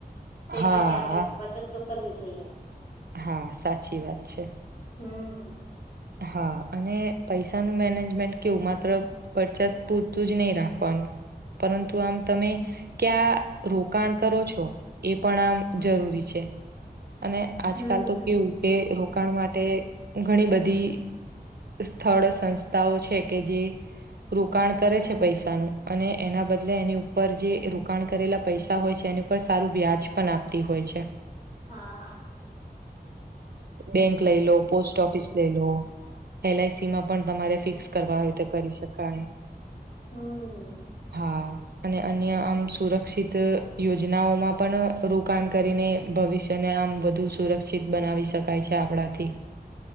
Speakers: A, on the left; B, on the right.
A: તો
B: હા
A: એ માટે આપણેે બચત તો કરવી જોઈએ.
B: હા સાચી વાત છે.
A: હમ્મ.
B: હા અને પૈસાનું મેનેજમેન્ટ કેવું માત્ર વરચત પૂરતું જ નહીં રાખવાનું. પરંતુ આમ તમે ક્યાં રોકાણ કરો છો એ પણ આમ જરૂરી છે. અને આજકાલ
A: હમ
B: તો કેવું કે રોકાણ માટે ઘણી બધી સ્થળ સંસ્થાઓ છે કે જે રોકાણ કરે છે પૈસાનું અને એના બદલે એની ઉપર જે રોકાણ કરેલા પૈસા હોય છે. એની પર સારું વ્યાજ પણ આપતી હોય છે.
A: હા.
B: બેંક લઈ લો પોસ્ટ ઓફિસ લઈ લો. એલઆઈસી માં પણ તમારે ફિક્સ કરવા હોતે કરી શકાય.
A: હમ
B: હા. અને અન્ય આમ સુરક્ષિત યોજનાઓમાં પણ રોકાણ કરીને ભવિષ્યને આમ વધુ સુરક્ષિત બનાવી શકાય છે આપણાથી.